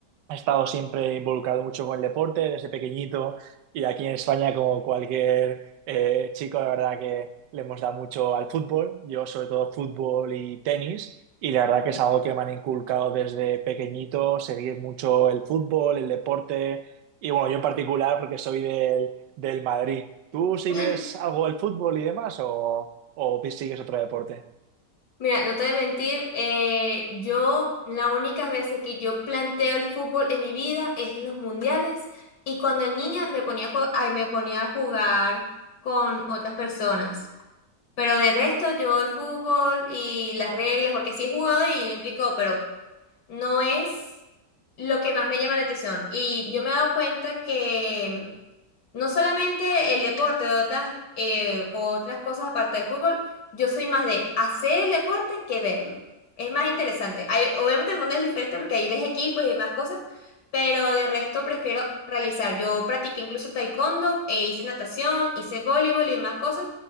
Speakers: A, on the right; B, on the left.
A: he estado siempre involucrado mucho con el deporte desde pequeñito y aquí en España, como cualquier eh, chico, la verdad que le hemos dado mucho al fútbol, yo sobre todo fútbol y tenis, y la verdad
B: Ujú.
A: que es algo que me han inculcado desde pequeñito, seguir mucho el fútbol, el deporte, y bueno, yo en particular porque soy del, del Madrid. ¿Tú sigues
B: <laughs>
A: algo del fútbol y demás o, o sigues otro deporte?
B: Mira, no te voy a mentir, eh, yo las únicas veces que yo planteo el fútbol en mi vida es en los mundiales y cuando era niña me ponía a jue- ay, me ponía a jugar con otras personas. Pero de resto yo el fútbol y las reglas, porque sí he jugado y lo implicó, pero no es lo que más me llama la atención. Y yo me he dado cuenta que no solamente el deporte, de otras, eh, otras cosas aparte del fútbol, yo soy más de hacer el deporte que verlo. Es más interesante. Hay- obviamente el mundo es diferente porque ahí ves equipos y más cosas, pero de resto prefiero realizar. Yo practiqué incluso taekwondo, e hice natación, hice voleibol y más cosas.